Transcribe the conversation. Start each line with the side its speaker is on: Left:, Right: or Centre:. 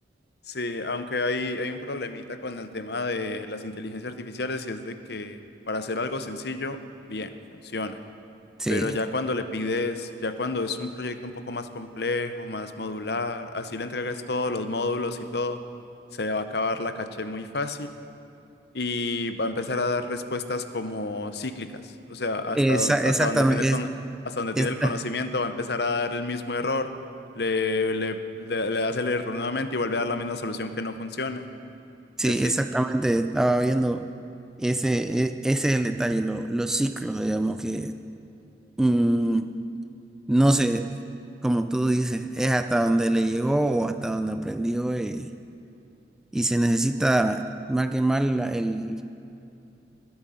Left: sí, aunque hay, hay un problemita con el tema de las inteligencias artificiales y es de que para hacer algo sencillo, bien, funciona.
Centre: sí,
Left: Pero ya cuando le pides, ya cuando es un proyecto un poco más complejo, más modular, así le entregas todos los módulos y todo, se va a acabar la caché muy fácil y va a empezar a dar respuestas como cíclicas. O sea, hasta,
Centre: Esa-
Left: don- hasta
Centre: exactamente,
Left: donde tiene el con-
Centre: es-
Left: hasta donde tiene
Centre: es-
Left: el conocimiento
Centre: <laughs>
Left: va a empezar a dar el mismo error, le, le, le, le hace el error nuevamente y vuelve a dar la misma solución que no funciona
Centre: sí,
Left: y así.
Centre: exactamente, estaba viendo ese, e- ese es el detalle, lo- los ciclos, digamos, que... mm, No sé, como tú dices, es hasta donde le llegó o hasta donde aprendió eh, y se necesita más que más la, el,